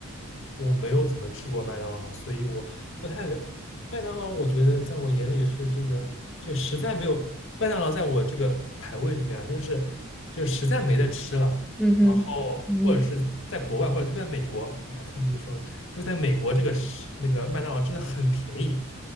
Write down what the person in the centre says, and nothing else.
嗯哼，
嗯，